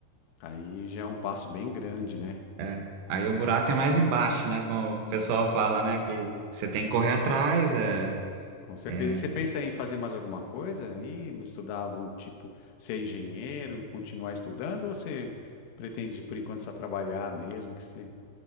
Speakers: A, on the left (about 75°); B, on the right (about 75°).
A: aí já é um passo bem grande, né?
B: É. Aí o buraco é mais embaixo, né? Como o pessoal fala, né? Que você tem que correr atrás. É,
A: Com certeza.
B: é.
A: E você pensa em fazer mais alguma coisa? aí estudar algum tipo, ser engenheiro, continuar estudando? Ou você pretende, por enquanto, só trabalhar mesmo? Que você,